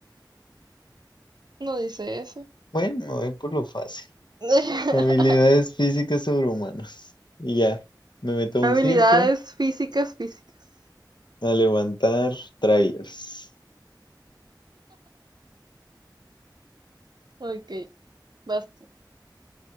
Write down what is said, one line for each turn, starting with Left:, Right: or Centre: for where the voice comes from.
Right: No dice eso.
Left: Bueno, me voy por lo fácil.
Right: <laughs>
Left: Habilidades físicas sobrehumanas. Y ya, me meto a
Right: Habilidades
Left: un circo.
Right: físicas, físicas.
Left: A levantar trailers.
Right: Ok, basta.